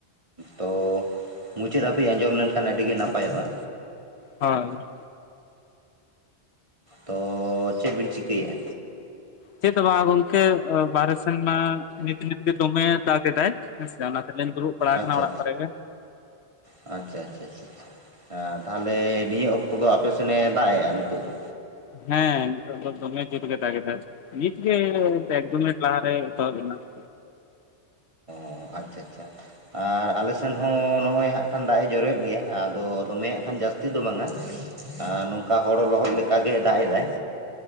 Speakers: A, on the right; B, on the left.
A: ᱛᱳ ᱢᱩᱪᱟᱹᱫ ᱦᱟᱹᱵᱤᱡ ᱟᱸᱡᱚᱢ ᱞᱮᱱᱠᱷᱟᱱ ᱟᱹᱰᱤ ᱜᱮ ᱱᱟᱯᱟᱭᱚᱜ-ᱟ᱾
B: ᱦᱳᱭ
A: ᱛᱚ ᱪᱮᱫ ᱵᱤᱱ ᱪᱤᱠᱟᱹᱭᱮᱜ-ᱟ᱾
B: ᱪᱮᱫ ᱫᱚ ᱵᱟᱝ ᱜᱚᱝᱠᱮ ᱵᱟᱨᱦᱮ ᱥᱮᱱᱢᱟ ᱱᱤᱛ ᱱᱤᱛ ᱜᱮ ᱫᱚᱢᱮ ᱫᱟᱜ ᱮᱫᱟᱭ ᱦᱮᱸᱥᱮ <unintelligible>
A: ᱟᱪᱪᱷᱟ
B: ᱠᱚᱨᱮ ᱜᱮ
A: ᱟᱪᱪᱷᱟ ᱟᱪᱪᱷᱟ ᱟᱪᱪᱷᱟ ᱮ ᱛᱟᱦᱚᱞᱮ ᱱᱤᱭᱟᱹ ᱚᱠᱛᱚ ᱫᱚ ᱟᱯᱮᱥᱮᱱᱮ ᱫᱟᱜ ᱮᱜ-ᱟ ᱱᱤᱛᱳᱜ ᱫᱚ᱾
B: ᱦᱮᱸ ᱱᱤᱛᱚᱜ ᱫᱚ ᱫᱚᱢᱮ ᱡᱳᱨ ᱜᱮ ᱫᱟᱜ ᱮᱫᱟ᱾ ᱱᱤᱛ ᱜᱮ, ᱮᱠ ᱫᱩ ᱢᱤᱱᱟᱴ ᱞᱟᱦᱟ ᱨᱮ, ᱮᱛᱚᱦᱚᱵ ᱮᱱᱟ ᱾
A: ᱚ ᱟᱪᱪᱷᱟ ᱟᱪᱪᱷᱟ ᱟᱨ ᱟᱞᱮ ᱥᱮᱱ ᱦᱚᱸ ᱱᱚᱜᱼᱚᱭ ᱦᱟᱸᱜ ᱠᱷᱟᱱ ᱫᱟᱜ ᱮ ᱡᱚᱨᱮᱫ ᱜᱮᱭᱟ ᱟᱫᱚ ᱫᱚᱢᱮ ᱦᱟᱸᱜ ᱠᱷᱟᱱ ᱡᱟᱹᱥᱛᱤ ᱫᱚ ᱵᱟᱝᱼᱟ ᱟᱨ ᱱᱚᱝᱼᱠᱟ ᱦᱚ ᱞᱚᱦᱚᱫᱠᱟᱜᱮ ᱫᱟᱜ ᱮᱫᱟᱭ᱾